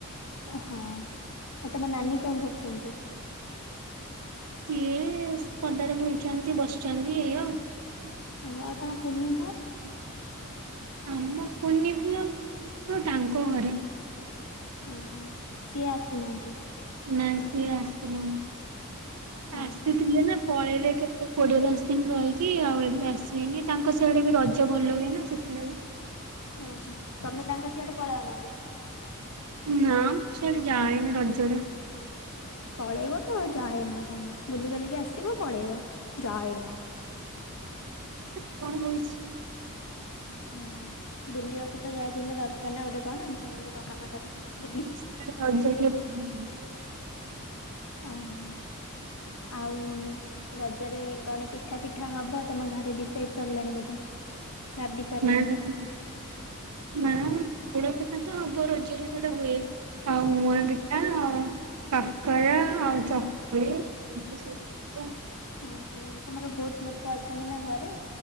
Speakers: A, on the left; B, on the right.
A: ଏ ହଁ ଆଉ ତମ ନାନୀ କଣ କରୁଚନ୍ତି?
B: ସିଏ ପଦାରେ ବୁଲଛନ୍ତି, ବସିଛନ୍ତି ଏଇ ଆଉ।
A: ହଉ ଆଉ ତମ କୁନି ପୁଅ?
B: ଆମ ପୁନି ପୁଅ ଆଉ ତାଙ୍କ ଘରେ।
A: ଓହୋ, ସିଏ ଆସିନାହାନ୍ତି।
B: ନାଇଁ ସିଏ ଆସିନା
A: ଓହୋ
B: ଆସିଥିଲେ ନା ପଳେଇଲେ କେତେ ସେ କୋଡିଏ ଦଶ ଦିନ ରହିକି ଆଉ ଏବେ ଆସିବେନି, ତାଙ୍କ ସେଇଆଡ ବି ରଜ ଭଲ ହୁଏ ନା ସେତ ବି।
A: ଓହୋ, ତମେ ତାଙ୍କ ସିଆଡେ ପଳାଅ ନହେଲେ।
B: ନା ମୁଁ ସିଆଡେ ଯାଏନି ରଜରେ।
A: ପଳେଇବ ତ ଯାଏନା କଣ? ବୁଲି ବାଲିକି ଆସିବ, ପଳେଇବ ଯାଏନା।
B: କଣ ହଉଛି?
A: ହଁ ବୁଲିବାକୁ ତ ଯାହା ଥିଲେ ଦରକାର ନା ଗୋଟେ କଣ ପଳେଇବ ବାହାନା କରିକି।
B: <unintelligible>
A: ବୁଲି। ଓହୋ ଆଉ, ରଜରେ କଣ ପିଠା ପିଠା ହବ ତମ ଘରେ ଡିସାଇଡ୍ ସରିଲାଣି ବୋଧେ? ଭାବି ସାରିଲାଣି।
B: ନାଇଁ ପୋଡ଼ ପିଠା ତ ହବ ରଜରେ ସେଇଟା ହୁଏ। ଆଉ ମୁଆଁ ପିଠା, ଆଉ କାକରା, ଆଉ ଚକୁଳି ଏମିତି ସବୁ ହବ।
A: ଓହୋ, ତମର ବହୁତ ଲୋକ ଅଛନ୍ତି ନା ଘରେ,